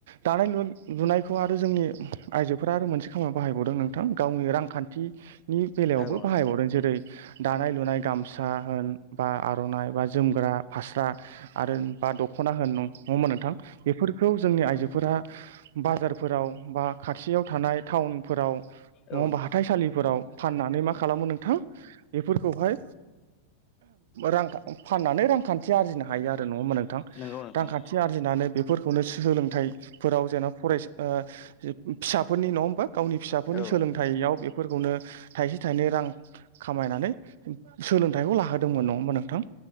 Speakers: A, on the right; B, on the left.
A: दानाय लुनाय लुनायखौ आरो जोंनि आइजोफोरा आरो मोनसे खामा बाहाय बावदों नोंथां गावनि रांखान्थिनि बेलायावबो
B: औ
A: बाहायबावदों
B: नोंथां
A: जेरै दानाय लुनाय गामसा होन बा आर'नाइ बा जोमग्रा फास्रा आरो दख'ना होन नङा होनबा नोंथां बेफोरखौ जोंनि आइजो फोरा बाजारफोराव बा खाथियाव थानाय टाउनफोराव नङाबा
B: औ नोंथां
A: हाथाइसालिफोराव फाननानै मा खालामो नोंथां बेफोरखौहाय रां फाननानै रांखान्थि आरजिनो हायो आरो नङा होमबा नोंथां रांखान्थि
B: नंगौ नोंथां
A: आरजिनानै बे फोरखौनो सोलोंथाइफोराव जेनना फरायसा फिसाफोरनि नङा होमबा गावनि फिसाफोरनि
B: औ
A: सोलोंथायाइयाव
B: नोंथां
A: बे फोरखौनो थाइसे थाइनै रां खामायनानै सोलोंथाइखौ लाहोदोंमोन न होमबा नोंथां